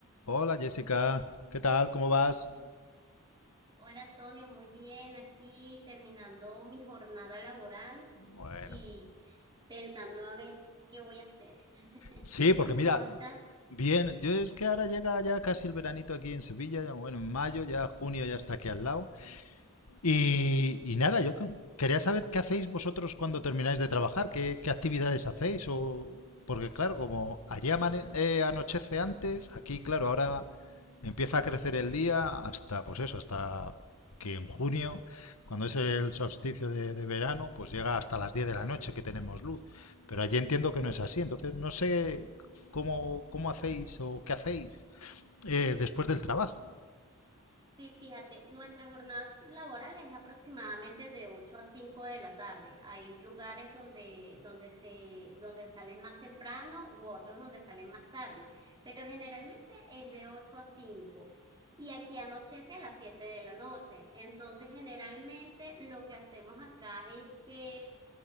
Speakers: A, on the left; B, on the right.
A: Hola Jessica, ¿qué tal? ¿Cómo vas?
B: Hola Antonio, muy bien. Aquí terminando mi jornada laboral
A: Bueno,
B: y pensando a ver qué voy a hacer. <laughs>
A: Sí, porque
B: ¿Tú
A: mira,
B: cómo estás?
A: bien, yo es que ahora llega ya casi el veranito aquí en Sevilla, ya, bueno, en mayo, ya junio ya está aquí al lado, Y, y nada, yo que- quería saber qué hacéis vosotros cuando termináis de trabajar, qué, qué actividades hacéis, o porque claro, como allí amane- eh, anochece antes, aquí claro, ahora empieza a crecer el día hasta, pues eso, hasta que en junio, cuando es el solsticio de, de verano, pues llega hasta las 10 de la noche que tenemos luz. Pero allí entiendo que no es así, entonces no sé cómo, cómo hacéis o qué hacéis eh, después del trabajo.
B: Sí, fíjate, nuestra jornada laboral es aproximadamente de 8 a 5 de la tarde. Hay lugares donde, donde se, donde salen más temprano u otros donde salen más tarde, pero generalmente es de ocho a cinco Y aquí anochece a las 7 de la noche. Entonces, generalmente lo que hacemos acá es que